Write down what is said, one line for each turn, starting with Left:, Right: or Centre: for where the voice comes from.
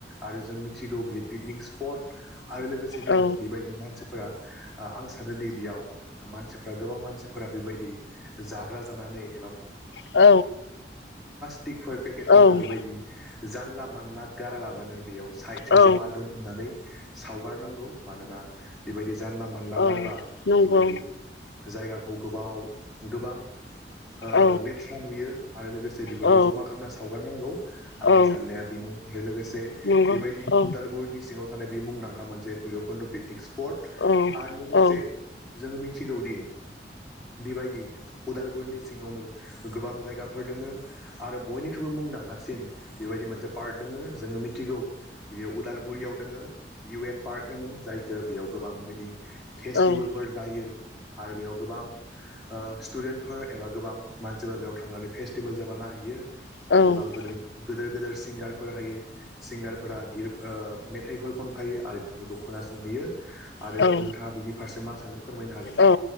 Centre: आरो जों मिथिगौ बियो पिकनिक स्पट आरो लोगोसेनो
Left: औ
Centre: बेबायदि मानसिफोरा आं सानोदि बेयाव मानसिफोरा गोबां मानसिफोरा बेबायदि जाग्रा जानानै एबा
Left: औ
Centre: <inaudible> टिकफोर पेकेटफोरखौ
Left: औ
Centre: बेबायदि जानला मानला गारालाबानो बेयाव साइडजों
Left: औ
Centre: जमा दोनथुमनानै। सावगारनांगौ मानोना बेबायदि जानला मानला
Left: औ
Centre: गारबा
Left: नंगौ
Centre: बेबायदि जायगाखौ गोबाव गोबां ओ
Left: औ
Centre: लेथ्रा नुयो आरो लोगोसे बेफोरखौ
Left: औ
Centre: जमा खालामना सावगारनांगौ
Left: औ
Centre: आंनि साननाया बेनो आरो लोगोसे
Left: नंगौ
Centre: बेबायदि
Left: औ
Centre: उदालगुरिनि सिङाव थानाय बे मुंदांखा मोनसे भैरबकुन्द' पिकनिक स्पट
Left: औ
Centre: आरो लोगोसे
Left: औ
Centre: जोङो मिथिगौदि बेबायदि उदालगुरिनि सिङावनो गोबां जायगाफोर दोङो आरो बयनिख्रुबो मुंदांखा सिन बेबायदि मोनसे पार्क दङ जोङो मिथिगौ बियो उदालगुरियाव दोङो इउ एन पार्क होनो जायखौ बेयाव गोबां बेदि फेस्टिभेलफोर
Left: औ
Centre: जायो आरो बेयाव गोबां ओ स्टुडेन्टफोर एबा गोबां मानसिफोरा बेयाव थांनानै फेस्टिभेल जाबानो नायहैयो आरो
Left: औ
Centre: गोब गोदोर गेदोर सिंगारफोर हायो सिंगारफोरा गित ओ मे मेथाइफोर खन बफायो आरो बेफोरखौ खोनासंहैयो आरो
Left: औ
Centre: नोंथाङा बिनि फारसे मा सानो फोरमायनो हागोन
Left: औ
Centre: दे